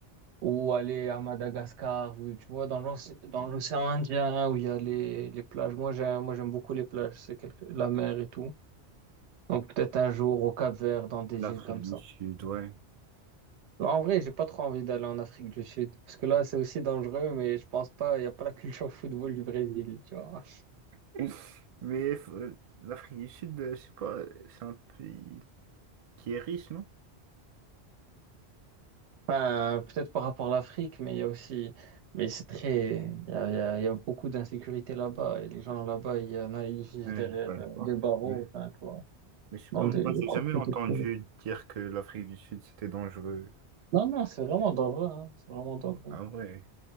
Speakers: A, on the right; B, on the right.
A: Ou aller à Madagascar, ou, tu vois, dans l'oc- dans l'océan Indien où il y a les, les plages. Moi, j'aime, moi, j'aime beaucoup les plages, c'est quelque- la mer et tout. Donc peut-être un jour au Cap-Vert, dans des
B: L'Afrique
A: îles comme
B: du
A: ça.
B: Sud, ouais.
A: En vrai, j'ai pas trop envie d'aller en Afrique du Sud, parce que là, c'est aussi dangereux, mais je pense pas, il n'y a pas la culture football du Brésil, tu vois.
B: <laughs> Mais faut- l'Afrique du Sud, euh, je sais pas, euh, c'est un pays qui est riche, non?
A: Enfin, peut-être par rapport à l'Afrique, mais il y a aussi, mais c'est très, il y a, il y a- il y a beaucoup d'insécurité là-bas et les gens là-bas, il y en a, ils vivent
B: Ouais,
A: derrière
B: je sais
A: euh,
B: pas.
A: des barreaux,
B: Mm.
A: enfin, tu vois,
B: Mais je sais
A: dans
B: pas,
A: des,
B: moi
A: des
B: j'ai
A: propriétés
B: jamais entendu
A: privées.
B: dire que l'Afrique du Sud c'était dangereux.
A: Non, non, c'est vraiment dangereux, hein, c'est vraiment dangereux.
B: Ah ouais,